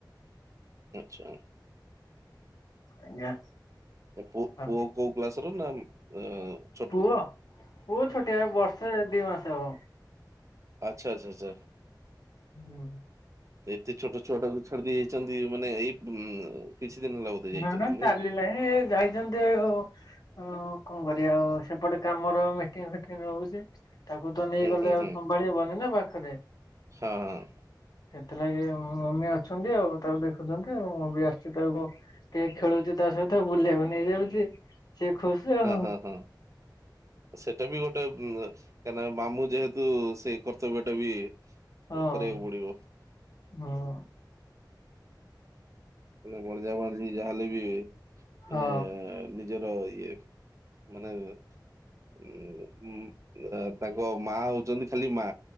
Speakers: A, on the right; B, on the left.
A: ଆଚ୍ଛା।
B: ଆଜ୍ଞା।
A: ପୁଅ
B: ଆ
A: ପୁଅ କୋଉ କ୍ଲାସ ର ନା ଆଁ
B: ପୁଅ ପୁଅ ଛୋଟିଆ ବର୍ଷେ ଦି ମାସେ ହବ।
A: ଆଚ୍ଛା -ଆଚ୍ଛା -ଆଚ୍ଛା।
B: ହୁଁ।
A: ଏତେ ଛୋଟ ଛୁଆ ଟାକୁ ଛାଡିଦେଇ ଯାଇଛନ୍ତି ମାନେ ଏଇ କିଛି ଦିନ ହେଲା ବୋଧେ ଯାଇଛନ୍ତି
B: ମାନେ
A: ନାଇଁ
B: ଚାଲିଲା ଏ ଯାଇଛନ୍ତି ଓ ହଉ କଣ କରିବା ଆଉ ସେପଟେ କାମର ମିଟିଂ ଫିଟିଙ୍ଗ ରହୁଛି। ତାକୁ ତ ନେଇଗଲେ
A: ହୁଁ ହୁଁ
B: ଆଉ
A: ହୁଁ
B: ସମ୍ଭାଳି ହବନି ନା ପାଖରେ।
A: ହଁ ହଁ
B: ସେଥିଲାଗି ମମି ଅଛନ୍ତି ଆଉ ତାକୁ ଦେଖୁଛନ୍ତି ଆଉ ମମି ବି ଆସିଛି ତାକୁ କେ ଖେଳୁଚି ତା ସହିତ ବୁଲିବାକୁ ନେଇଯାଉଛି। ସିଏ ଖୁସି ଆଉ
A: ହଁ, ହଁ, ହଁ ସେଟା ବି ଗୋଟେ କାଇଁ ନା ମାମୁଁ ଯେହେତୁ ସେଇ କର୍ତ୍ତବ୍ୟ ଟା ବି
B: ହଁ,
A: କରିବାକୁ ପଡିବ।
B: ହଁ
A: ମାନେ ବଣଜା ବାଣିଜି ଯାହାହେଲେ ବି
B: ହଁ
A: ମାନେ ନିଜର ଇଏ ମାନେ ଉ ଉଁ ତାଙ୍କ ମା ହଉଛନ୍ତି ଖାଲି ମା